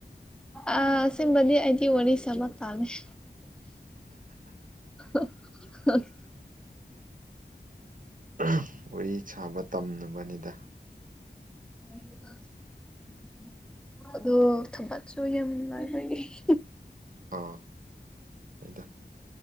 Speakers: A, in the centre; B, on the right (about 50°).
A: ꯑꯥ ꯑꯁꯦꯡꯕꯗꯤ ꯑꯩꯗꯤ ꯋꯥꯔꯤ ꯁꯥꯕ ꯇꯥꯜꯂꯦ <unintelligible>
B: <unintelligible> ꯋꯥꯔꯤ ꯁꯥꯕ ꯇꯝꯅꯕꯅꯤꯗꯥ
A: <unintelligible> <unintelligible> ꯑꯗꯣ ꯊꯕꯛꯁꯨ ꯌꯥꯝ ꯂꯩꯕꯒꯤ <unintelligible> <unintelligible>
B: ꯑꯥ ꯍꯣꯏꯗ